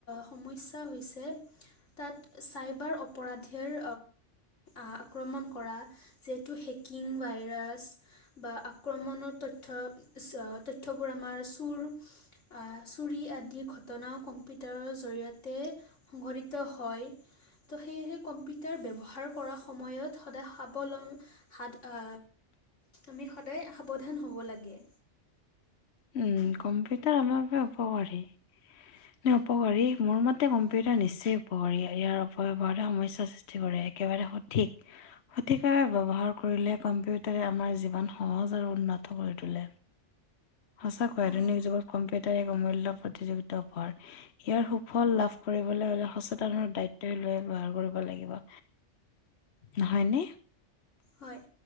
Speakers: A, on the left; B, on the left.
A: সমস্যা হৈছে। তাত চাইবাৰ অপৰাধীৰ আক্ৰমণ কৰা যিহেতু হেকিং, ভাইৰাছ বা আক্ৰমণৰ তথ্য তথ্যবোৰ আমাৰ চুৰ আহ চুৰি আদিৰ ঘটনাও কম্পিউটাৰৰ জৰিয়তে সংগটিত হয়। ত' সেয়েহে কম্পিউটাৰ ব্যৱহাৰ কৰাৰ সময়ত সদায় সাৱল হাত, আমি সদায় সাৱধান হ'ব লাগে।
B: উ কম্পিউটাৰ আমাৰ বাবে উপকাৰী। ন উপকাৰী মোৰ মতে কম্পিউটাৰ নিশ্চয় উপকাৰী ইয়াৰ অপব্যয়হাৰে সমস্যা বিধ <unintelligible> কৰে একেবাৰে সঠিক। সঠিকভাৱে ব্যৱহাৰ কৰিলে কম্পিউটাৰে আমাৰ জীৱন সহজ আৰু উন্নতত কৰি তোলে। সঁচাকৈ
A: অঁ,
B: আধুনিক যুগত কম্পিউটাৰ এক অমূল্য প্ৰতিযোগিতা ভৰ। ইয়াৰ সুফল লাভ কৰিবলৈ হ'লে লে সচেতন দায়িত্বই লৈ ব্যৱহাৰ কৰিব লাগিব। নহয়নে?
A: হয়,